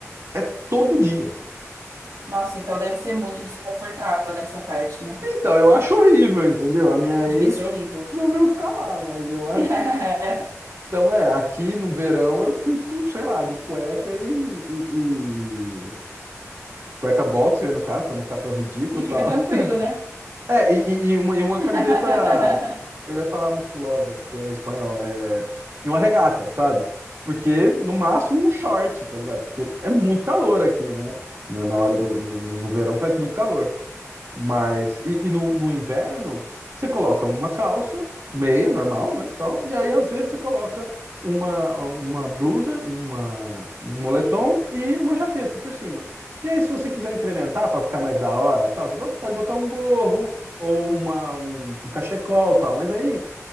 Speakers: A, on the right; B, on the right.
A: é todo dia.
B: Nossa, então deve ser muito desconfortável nessa parte, né?
A: Então, eu acho horrível, entendeu? A minha
B: Devia
A: ex
B: ser horrível.
A: resolveu ficar lá, mas eu acho
B: <laughs>
A: Então, é, aqui no verão eu fico, sei lá, de cueca e, e- e- cueca boxer, no caso, pra não ficar tão ridículo
B: E
A: e tal.
B: fica
A: <laughs>
B: tranquilo, né?
A: É, e, e- e uma, e uma
B: <laughs>
A: camiseta, eu ia falar musculosa, porque é espanhol, é, e uma regata, sabe? Porque, no máximo, um short, tá ligado? Porque é muito calor aqui, né? Na, na hora do, no, no no verão faz muito calor. Mas, e, e no, no inverno, você coloca uma calça, meia, normal, né, tal, e aí às vezes você coloca uma, uma blusa, uma, um moletom e uma jaqueta por cima. E aí, se você quiser incrementar para ficar mais da hora, tal, tal, tal, você pode botar um gorro ou uma, um, um cachecol, tal, mas aí